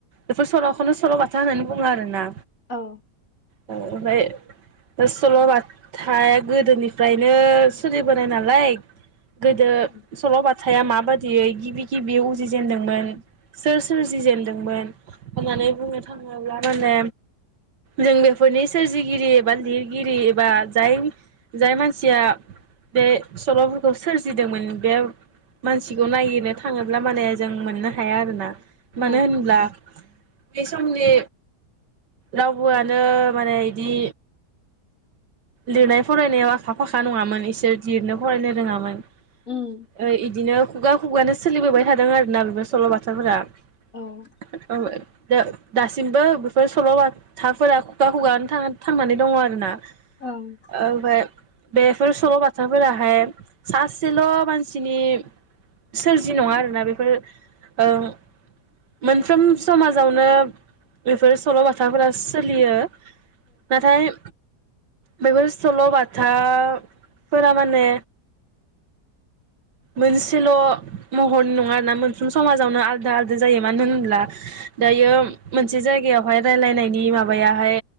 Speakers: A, on the right (about 80°); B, on the left (about 50°).
A: बेफोर सल'खौनो सल' बाथा होननानै बुङो आरो ना।
B: औ
A: ओ ओमफाय फाय सल'बाथाया गोदोनिफ्रायनो सोलिबोनाय नालाय। गोदो
B: औ
A: सल' बाथाया माबादि यै गिबि गिबि उजिजेनदोंमोन। सोर सोरजिजेनदोंमोन हमनानै बुंनो थाङोब्ला माने जों बेफोरनि सोरजिगिरि एबा लिरगिरि एबा जाय जाय मानसिया बे सल'फोरखौ सोरजिदोंमोन बे मानसिखौ नागिरनो थाङोब्ला माने जों मोननो हाया आरोना। मानो
B: औ
A: होनब्ला। बै समनि रावबोआनो माने इदि। लिरनाय फरायनायाव आखा-फाखा नङामोन इसोर जिरनो फरायनो रोङामोन।
B: ओं
A: ओ इदिनो। खुगा-खुगानो सोलिबोबाय थादों आरोना बेफोर सल' बाथाफोरा।
B: ओं
A: <unintelligible> दा। दासिमबो बेफोर सल'बाथाफोरा खुगा-खुगानो था-थांनानै दङ आरो ना।
B: ओं
A: ओमफाय। बेफोर सल'बाथाफोराहाय सासेल' मानसिनि सोरजि नङा आरोना बेफोर ओं मोनफ्रोम समाजावनो बेफोर सल'बाथाफोरा सोलियो। नाथाय। बेफोर सल' बाथाफोरा माने मोनसेल' महरनि नङा आरोना मोनफ्रोम समाजावनो आलदा-आलदा जायो मानो होनब्ला दायो मोनसे जायगायावहाय रायलायनायनि माबायाहाय